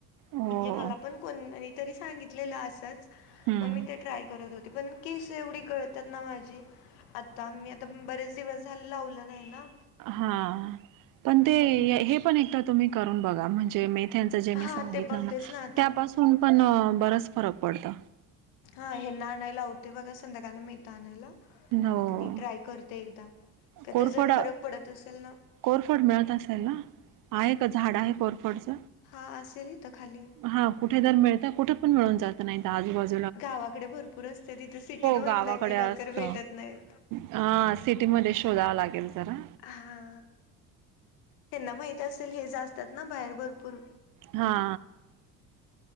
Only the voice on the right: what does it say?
हो.
हं.
हा पण
ते हे पण एकदा तुम्ही करून बघा म्हणजे म त्यांच जे मी
सांगितलं
ना,
त्यापासून पण बरच फरक पडत.
हो.
कोरफड,
कोरफड मिळत असेल ना. आहे का झाड आहे कोरफडच,
हा. कुठे जर मीळता कुठे पण मिळून जात नाहीत आजूबाजू
गावाकडे
असत
हा सिटी मध्ये शोधाव लागेल जरा.
हा.